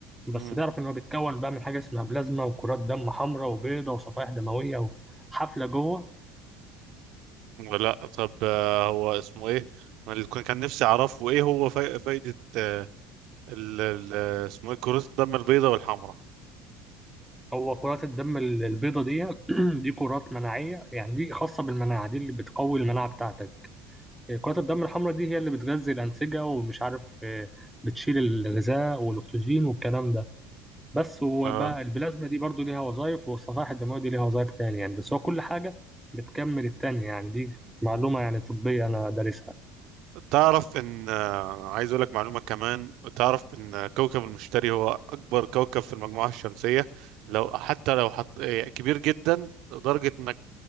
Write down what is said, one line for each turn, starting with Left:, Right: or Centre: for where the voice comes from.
Centre: بس
Right: مم.
Centre: تعرف ان هو بيتكون بقى من حاجة اسمها بلازما وكرات دم حمراء وبيضة وصفائح دموية وحفلة جوه
Right: لا طب آه، هو اسمه ايه أنا اللي كن- كان نفسي اعرفه ايه هو فاي- فايدة آه، ال ال- اسمه ايه كرات الدم البيضاء والحمراء
Centre: هو كرات الدم ال- البيضة دي <clears throat> دي كرات مناعية يعني دي خاصة بالمناعة دي اللي بتقوي المناعة بتاعتك كرات الدم الحمراء دي هي اللي بتغذي الأنسجة ومش عارف آه، بتشيل الغذاء والأكسجين والكلام ده بس وبقى
Right: آه،
Centre: البلازما دي برضو ليها وظائف والصفائح الدموية دي ليها وظائف تانية يعني بس هو كل حاجة بتكمل التانية يعني دي معلومة يعني طبية أنا دارسها
Right: تعرف ان آه، عايز اقول لك معلومة كمان تعرف ان كوكب المشتري هو اكبر كوكب في المجموعة الشمسية لو حتى لو حط آه، كبير جدا لدرجة انك